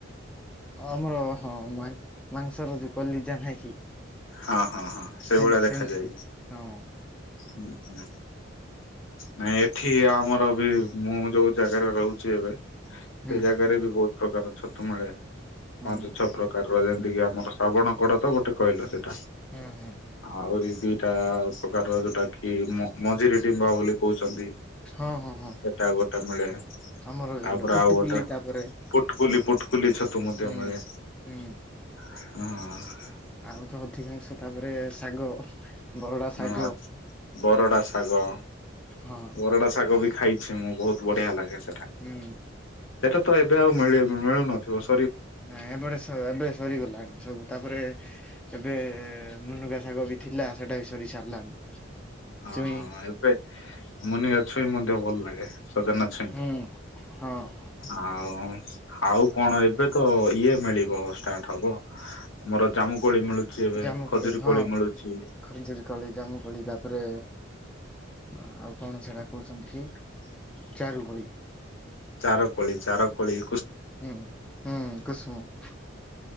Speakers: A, in the centre; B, on the left.
A: ଆମର ହଁ ମାଂସର ଯ କଲିଜା ନାହିଁ କି।
B: ହଁ ହଁ ହଁ ସେଇଭଳିଆ
A: ସେମତି
B: ଦେଖାଯାଏ
A: ସେମିତି
B: କି
A: ହଁ
B: ହୁଁ ହୁଁ। ନାଇଁ ଏଠି ଆମର ବି ମୁଁ ଯୋଉ ଜାଗାରେ ରହୁଛି ଏବେ ସେଇ
A: ହୁଁ
B: ଜାଗାରେ ବି ବହୁତ ପ୍ରକାର ଛତୁ ମିଳେ
A: ହୁଁ
B: ପାଞ୍ଚ ଛଅ ପ୍ରକାରର ଯେମତିକି ଆମର ଶ୍ରବଣ କଡ ତ ଗୋଟେ କହିଲ ସେଇଟା
A: ହୁଁ ହୁଁ
B: ଆହୁରି ଦିଟା ପ୍ରକାର ଯୋଉଟା କି ମଝିରି ଡିମ୍ବା ବୋଲି କହୁଛନ୍ତି।
A: ହଁ ହଁ ହଁ
B: ଏଟା ଗୋଟେ ମିଳେ। ତାପରେ
A: ଆମର ଏପଟେ ପୁଟୁକୁଲି
B: ଆଉ ଗୋଟେ
A: ତାପରେ
B: ପୁଟକୁଲି ପୁଟକୁଲି ଛତୁ ମଧ୍ୟ
A: ହୁଁ
B: ମିଳେ।
A: ହୁଁ।
B: ହଁ।
A: ଆଉ ତ ଅଧିକାଂଶ ତାପରେ ଶାଗ। ବରଡା ଶାଗ
B: ହଁ ବରଡା ଶାଗ
A: ହଁ
B: ବରଡା ଶାଗ ବି ଖାଇ ଛି ମୁଁ ବହୁତ ବଢିଆ ଲାଗେ।
A: ହୁଁ।
B: ଏଟା ତ ଏବେ ଆଉ ମିଳେ ମିଳୁ ନଥିବ।
A: ନାଇଁ ଏବଟେ ଏବେ ସରିଗଲାଣି ସବୁ । ତାପରେ ଏବେ ମୁନୁକା ଶାଗ ବି ଥିଲା ସେଟା ବି ସରି ସାରିଲାଣି।
B: ହଁ
A: ଚୁଇଁ
B: ଏବେ ମୁନି ଛୁଇ ମଧ୍ୟ ଭଲ ଲାଗେ। ସଜନା ଛୁଇଁ
A: ହୁଁ ହଁ
B: ଆଉ ଆଉ କଣ ଏବେ ତ ଇଏ ମିଳିବ ଷ୍ଟାର୍ଟ ହବ ଆମର ଜାମୁ କୋଳି ମିଳୁଛି ଏବେ
A: ଜାମୁ
B: ଖଜୁରୀ
A: କୋଳି ହଁ
B: ମିଳୁଛି
A: ଖଜୁରୀ କୋଳି ଜାମୁ କୋଳି ତାପରେ ଆଉ କଣ ସେଟା କହୁଛନ୍ତି କି ଚାରୁକୋଳି।
B: ଚାରକୋଳି ଚାରକୋଳି।
A: ହୁଁ ହୁଁ କୁସୁମ।